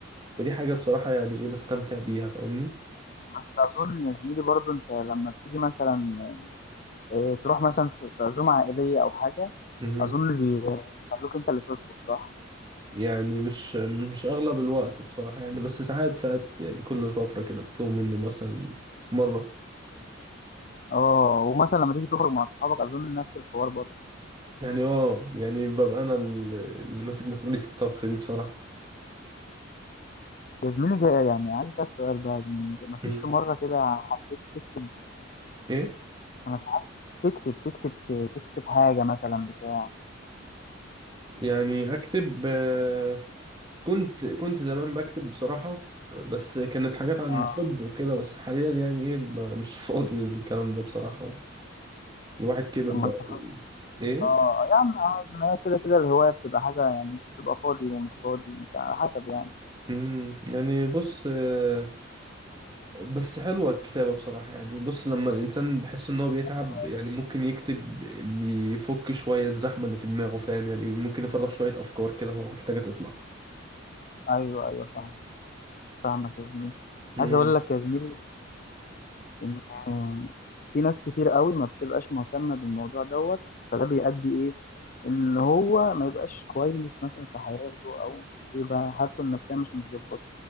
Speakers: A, on the right (about 20°); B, on the left (about 40°).
A: فدي حاجة بصراحة يعني إيه بستمتع بيها فاهمني
B: بس اظن يا زميلي برضه انت لما بتيجي مثلا إيه تروح مثلا في في عزومه عائليه او حاجه
A: مم.
B: اظن بيخلوك انت اللي تطبخ صح؟
A: يعني مش مش أغلب الوقت بصراحة يعني بس ساعات ساعات يعني كل فترة كده بيطلبوا مني مثلا مرة
B: اه ومثلا لما تيجي تخرج مع اصحابك اظن نفس الحوار برضه
A: يعني اه يعني ببقى أنا ال- اللي ماسك مسؤولية الطبخ دي بصراحة
B: يا زميلي جاي يعني عايز اسالك سؤال بقى يا زميلي مفيش
A: مم.
B: في مره كده حبيت تكتب
A: إيه
B: انا ساعات تكتب تكتب تكتب حاجه مثلا بتاع
A: يعني أكتب آه، كنت كنت زمان بكتب بصراحة بس كانت حاجات عن
B: اه
A: حب وكده بس حاليا يعني ايه ب- مش <laughs> فاضي للكلام ده بصراحة خالص. الواحد كبر
B: لما
A: بقى
B: انت فاضي
A: و- ايه
B: اه يا عم عادي، ما هي كده كده الهوايه بتبقى حاجه يعني انت بتبقى فاضي ومش فاضي انت على حسب يعني
A: امم يعني بص آه، بس حلوة الكتابة بصراحة يعني بص لما الإنسان بيحس إن هو بيتعب
B: ايوه
A: يعني
B: ايوه
A: ممكن يكتب يفك شوية الزحمة اللي في دماغه فاهم يعني ممكن يفرغ شوية أفكار كده هو محتاجة تطلع
B: ايوه ايوه فاهم فاهمك يا زميلي
A: امم
B: عايز اقول لك يا زميلي ان آه، في ناس كتير قوي ما بتبقاش مهتمه بالموضوع دوت فده بيؤدي ايه ان هو ما يبقاش كويس مثلا في حياته او يبقى حالته النفسيه مش متظبطه